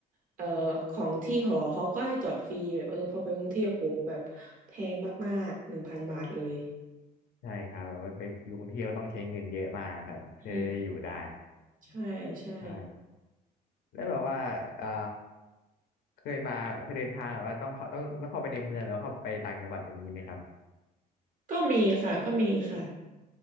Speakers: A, on the right; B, on the left.
A: เอ่อของที่หอเขาก็ให้จอดฟรีแบบเออพอไปกรุงเทพโหแบบแพงมากๆหนึ่งพันบาทเลย
B: ใช่ครับแบบว่าไปอยู่กรุงเทพก็ต้องใช้เงินเยอะมากนะครับเพื่ออยู่ได้
A: อืมใช่ใช่
B: ใช่แล้วแบบว่าเอ่อเคยมาเคยเดินทางแบบว่าต้องเข้าต้องต้องเข้าไปในเมืองหรือว่าเข้าไปต่างจังหวัดอย่างนี้ไหมครับ
A: ก็มีค่ะก็มีค่ะ